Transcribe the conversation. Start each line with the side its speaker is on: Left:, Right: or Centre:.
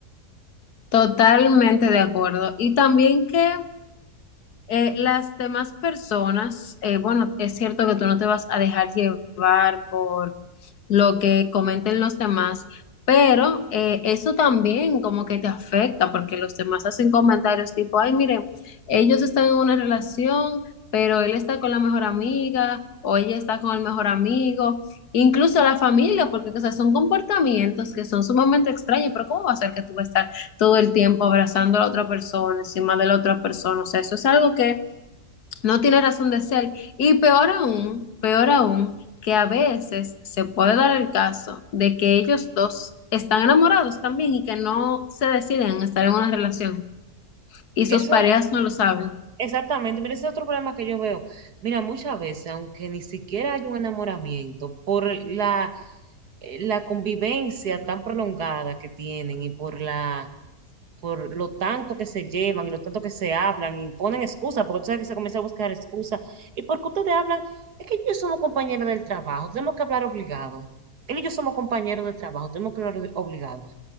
Left: Totalmente de acuerdo. Y también que Eh, las demás personas, eh, bueno, es cierto que tú no te vas a dejar llevar por lo que comenten los demás, pero eh, eso también como que te afecta porque los demás hacen comentarios tipo, ay, miren, ellos están en una relación, pero él está con la mejor amiga o ella está con el mejor amigo, incluso la familia, porque o sea, son comportamientos que son sumamente extraños, pero ¿cómo va a ser que tú vas a estar todo el tiempo abrazando a la otra persona, encima de la otra persona. O sea, eso es algo que no tiene razón de ser. Y peor aún, peor aún, que a veces se puede dar el caso de que ellos dos están enamorados también y que no se deciden a estar en una relación y sus
Right: Eso,
Left: parejas no lo saben.
Right: exactamente, mira, ese es otro problema que yo veo. Mira, muchas veces, aunque ni siquiera hay un enamoramiento, por la, eh, la convivencia tan prolongada que tienen y por la por lo tanto que se llevan y lo tanto que se hablan y ponen excusas, porque tú sabes que se comienza a buscar excusas. ¿Y por porque ustedes hablan? Es que ellos somos compañeros del trabajo, tenemos que hablar obligado. Él y yo somos compañeros de trabajo, tenemos que hablar obligado.